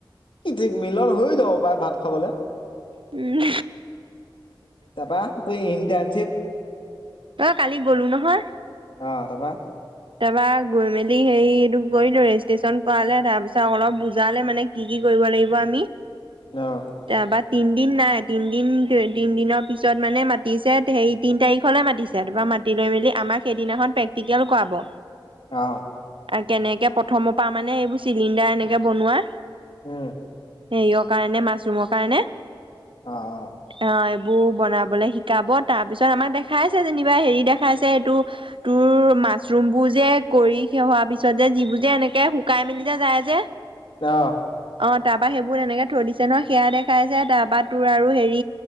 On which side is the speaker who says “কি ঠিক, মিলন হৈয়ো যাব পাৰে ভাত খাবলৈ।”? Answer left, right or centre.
Left